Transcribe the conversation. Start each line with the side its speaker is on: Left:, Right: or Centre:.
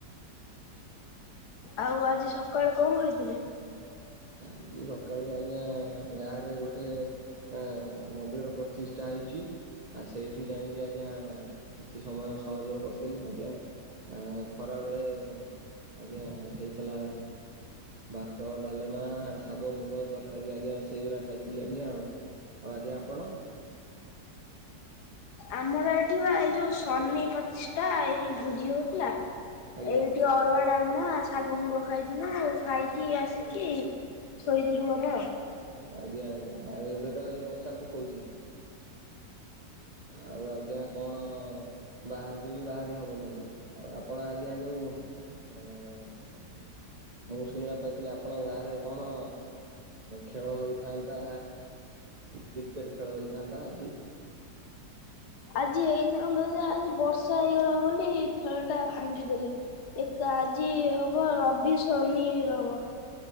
Left: ଆଉ ଆଜି ସକାଳେ କଣ ଖାଇଥିଲେ?
Right: ଆଜି ସକାଳୁ ଆଜ୍ଞା ଗାଁ ରେ ଗୋଟେ। ହଁ ମନ୍ଦିର ପ୍ରତିଷ୍ଠା ହେଇଛି। ଆଉ ସେଇଠି ଯାଇକି ଆଜ୍ଞା କିଛି ସମୟ ସହଯୋଗ କରିଥିଲି ଆଜ୍ଞା। ଆ ଖରା ବେଳେ ଆଜ୍ଞା ହେଇଥିଲା ଭାତ ଡାଲ ମା ଶାଗ ମୁଗ ତରକାରୀ ଆଜ୍ଞା ସେଇଗୁଡା ଖାଇଥିଲି ଆଜ୍ଞା ଆଉ ଆଉ ଆଜ୍ଞା ଆପଣ।
Left: ଆମର ଏଠି ବା ଏଇ ଯଉ ସନିପ ଷ୍ଟା ଏଇ ଭୁଜି ହଉଥିଲା
Right: ଆଜ୍ଞା
Left: ଏଇଠି ଅରୁଆ ଡାଲମା ଶାଗ ମୁଗ ଖାଇଥିଲୁ ଖାଇକି ଆସିକି ଶୋଇଥିଲୁ ଘରେ ଆଉ।
Right: ଆଜ୍ଞା ଆଜ୍ଞା ଆଉ ଏବେ ତ ଏଇ ବର୍ଷା ପକଉଛି। ଆଉ ଆଜ୍ଞା କଣ। ବାହାରକୁ ବି ବାହାରି ହବନି ଆଜ୍ଞା ଆଉ ଆପଣ ଆଜ୍ଞା ଯୋଉ ଅ <inaudible> ମୁଁ ଶୁଣିବାକୁ ପାଇଥିଲି ଆପଣଙ୍କ ଗାଁରେ କଣ ଖେଳ ହୋଇଥାନ୍ତା କ୍ରିକେଟ ଖେଳ ହେଇଥାନ୍ତା ଆଜି।
Left: ଆଜି ହେଇଥାନ୍ତା ଯେ ଆଜି ବର୍ଷା ହେଇଗଲା ବୋଲି ଖେଳ ଟା ଭାଙ୍ଗିଦେଲେ। ଏକ ଆଜି ହବ ରବି ଶନି ରବ।